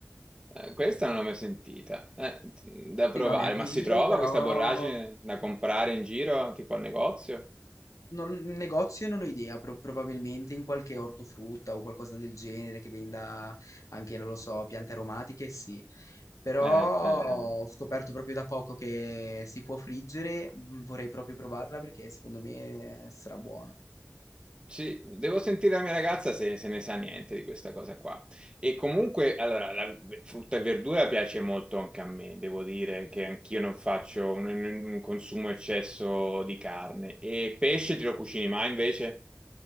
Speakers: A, on the right; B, on the left.
A: eh, questa non l'ho mai sentita. Eh, da provare,
B: Sì, no, neanche
A: ma
B: io,
A: si trova
B: però
A: questa borragine da comprare in giro, tipo al negozio?
B: Non, in negozio non ho idea, pro- probabilmente in qualche ortofrutta o qualcosa del genere che venda anche, non lo so, piante aromatiche, sì. Però
A: Eh, eh,
B: ho
A: eh.
B: scoperto proprio da poco che si può friggere, mm, vorrei proprio provarla perché secondo me sarà buona.
A: Sì, devo sentire la mia ragazza se, se ne sa niente di questa cosa qua. E comunque, allora, la v- frutta e verdura piace molto anche a me, devo dire che anch'io non faccio un, un consumo eccesso di carne. E pesce te lo cucini mai invece?